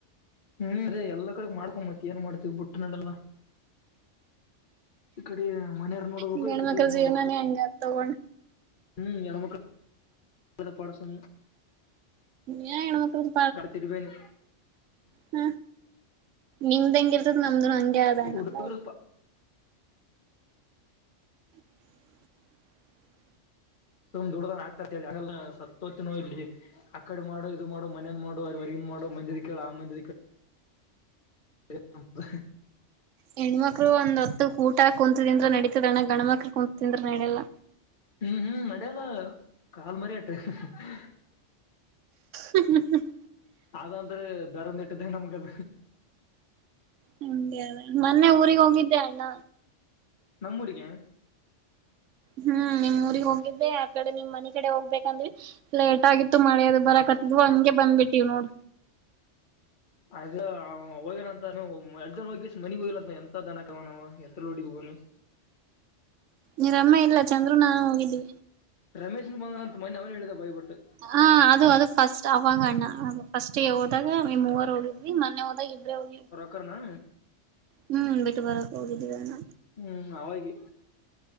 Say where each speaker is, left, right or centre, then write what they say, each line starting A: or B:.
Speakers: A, on the left; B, on the right.
A: ಹ್ಮ್ ಅದೇ ಎಲ್ಲ ಕಡೆ ಮಾಡ್ಕೊ ಮತ್ ಏನ್ ಮಾಡತಿ ಬುಟ್ಟ ನಡೆಲ್ಲ. ಈ ಕಡೆ ಮನೆಯರು ನೋಡ್ಬೇಕು
B: ಈಗ ಹೆಣ್ಮಕ್ಳ
A: ಈ ಕಡೆ ಡ್ಯೂಟಿ
B: ಜೀವನಾನೇ
A: ನೋಡ್ಬೇಕು.
B: ಹಂಗ ಆತ್ ತಗೋಣ
A: ಹ್ಮ್ ಗನಮಕ್ಳ <unintelligible> ಪಡಸಮ.
B: ಯಾ ಹೆಣ್ಮಳ್ಳಕ್ಕದು
A: ಗನ ತೆಲಿಬ್ಯಾನಿ.
B: ಹ್ಮ ನಿಮ್ದ್ ಹೆಂಗ ಇರ್ತದ ನಮ್ದುನು ಹಂಗೆ ಆದಾ
A: ಹುಡುಗರ
B: ಅಣ್ಣಾ. <inaudible>
A: ಸುಮ್ ದುಡುದನ ಹಾಕ್ತಿರ್ತಿ ಹೇಳಿಲ್ಲ ಸತ್ತೋತ್ತಿನೋ ಇಲ್ಲಿ. ಆ ಕಡೆದ ಮಾಡು ಇದು ಮಾಡು ಮನೇದ್ ಮಾಡು ಅವ್ರ ಹೊರಗಿಂದ್ ಮಾಡು ಮಂದಿದ ಕೇಳ ಆ ಮಂದಿದ ಕೇಳ್ <unintelligible>
B: ಹೆಣ್ಮಕ್ಳು ಒಂದ್ ಹೊತ್ತುಕ್ ಊಟ ಕುಂತಿಂದ್ರ ನಡೀತದ ಅಣ್ಣ ಗಣಮಕ್ಳ ಕುಂತಿಂದ್ರ ನಡಿಯಲ್ಲ.
A: ಹ್ಮ್ ಹ್ಮ್ ನಡ್ಯಲ್ಲ ಕಾಲ್ ಮರೇಟ ಹ್ಹ ಹ್ಹ ಹ್ಹ.
B: ಹ್ಮ್ ಹ್ಹ್ ಹ್ಹ್ ಹ್ಹ್
A: ಆದಂದ್ರ ಧರ್ಮದಹೇಟಿದ್ದಂಗ ನಮ್ಗದ.
B: ಹ್ಮ್ ಮೊನ್ನೆ ಊರಿಗೆ ಹೋಗಿದ್ದೆ ಅಣ್ಣ.
A: ನಮ್ಮೂರಿಗ್ಯಾ.
B: ಹ್ಮ್ ನಿಮ್ ಊರಿಗೆ ಹೋಗಿದ್ದೆ. ಈ ಕಡೆ ನಿಮ್ ಮನಿ ಕಡೆ ಹೋಗ್ಬೇಕಂದ್ವಿ ಲೇಟ್ ಆಗಿತ್ತು ಮಳೆ ಅದು ಬರಕತ್ತಿದ್ವ ಹಂಗೆ ಬಂದ್ ಬಿಟ್ಟಿವ್ ನೋಡ.
A: ಅದ ಹೋಗೇಣಂತವ ಅಲ್ತನ ಹೋಗ್ಕೇಶಿಂದ ಮನಿಗ್ ಹೋಗಿಲ್ಲಂತ ಎಂತ ದನಕಾಯವದನವ ಎತರ್ಲೆ ಹೋಡಿಬೇಕ್ ಅವ್ನಿಗೆ.
B: ಇವ್ರಮ್ಮ ಇಲ್ಲ ಚಂದ್ರು ನಾ ಹೋಗಿದ್ವಿ.
A: ರಮೇಶನು ಬಂದಾನಂತ ಮನ್ನೆ ಅವ್ನೆ ಹೇಳಿದ ಬಾಯ್ಬಿಟ್ಟು.
B: ಹಾಂ ಅದು ಅದು ಫಸ್ಟ್ ಅವಾಗಣ್ಣ ಅದು. ಫಸ್ಟ್ ಗೆ ಹೋದಾಗ ಈ ಮೂವರು ಹೋಗಿದ್ವಿ ಮೊನ್ನೆ ಹೋದಾಗ ಇಬ್ರೇ ಹೋಗಿದ್ವಿ.
A: ಕರ್ನಾ.
B: ಹ್ಮ್ ಬಿಟ್ಟು ಬರಕ್ ಹೋಗಿದ್ದೀವಿ ಅಣ್ಣ.
A: ಹ್ಮ್ ಅವಾಗೆ.